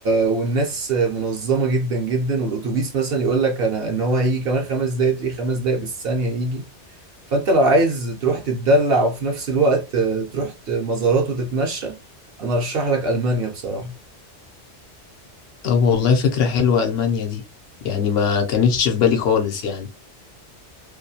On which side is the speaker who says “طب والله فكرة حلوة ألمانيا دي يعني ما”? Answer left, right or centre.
Left